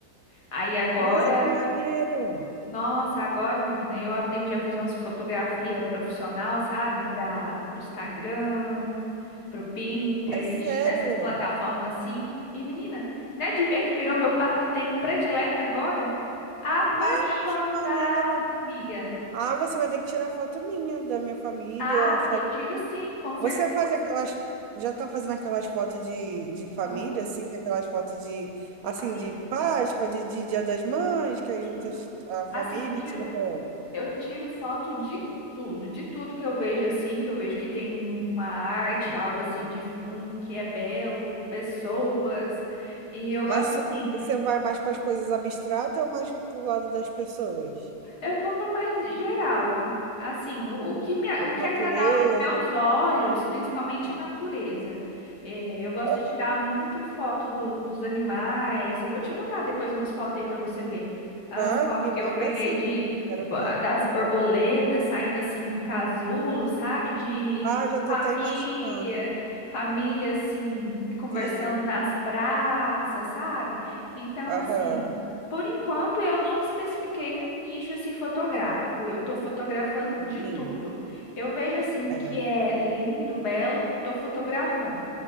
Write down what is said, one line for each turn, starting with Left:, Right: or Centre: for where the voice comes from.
Left: Aí agora,
Right: Nossa, que maneiro!
Left: nossa, agora, menina, eu aprendi a fazer umas fotografias profissional, sabe? Para o Instagram pro Pinterest,
Right: É sério?
Left: pra essas plataformas assim. E menina, né, de ver que virou meu passatempo predileto agora? Apaixonada,
Right: Não, que maneiro!
Left: amiga.
Right: Ah, você vai ter que tirar foto minha, da minha família.
Left: Ah,
Right: faz-
Left: eu tiro sim, com certeza.
Right: Você faz aquelas. Já tá fazendo aquelas fotos de, de família,
Left: Ah,
Right: assim? Aquelas fotos de, assim,
Left: amiga,
Right: de Páscoa, de, de Dia das Mães, que aí
Left: sim.
Right: juntas a família
Left: Assim, eu tiro,
Right: e tira foto.
Left: eu tiro foto de tudo, de tudo que eu vejo assim, que eu vejo que tem uma arte, algo assim de fundo que é belo, pessoas. E eu gosto
Right: Mas
Left: assim.
Right: você vai mais para as coisas abstratas ou mais para o lado das pessoas?
Left: Eu vou para o mais geral. Assim, o, o que me, o que
Right: Natureza.
Left: agradar aos meus olhos, principalmente natureza. É, eu gosto
Right: aham.
Left: de tirar muito foto do- dos animais. Eu vou te mandar depois umas fotos aí para você ver. As
Right: Ah,
Left: fotos
Right: me
Left: que eu
Right: manda
Left: peguei
Right: sim,
Left: de
Right: quero
Left: bo-
Right: ver.
Left: das borboletas saindo assim do casulo, sabe? De
Right: Ah, já estou
Left: família,
Right: até imaginando.
Left: família assim, conversando
Right: Sim,
Left: nas praças, sabe? Então,
Right: aham,
Left: assim. Por enquanto, eu não especifiquei um nicho assim fotográfico. Eu estou fotografando de
Right: sim.
Left: tudo. Eu vejo assim
Right: É.
Left: que é lindo, belo, estou fotografando.